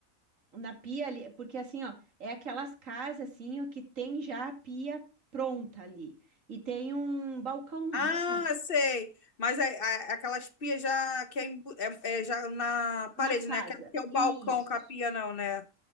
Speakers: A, on the right (about 80°); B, on the left (about 45°).
A: na pia ali, porque assim, ó, é aquelas casas assim, ó, que tem já a pia pronta ali. E tem um balcãozinho
B: Ah, sei. Mas é, é- aquelas pias já que é, embu- é- é já na parede,
A: na casa.
B: né? Aquela que é o balcão
A: Isso.
B: com a pia, não, né?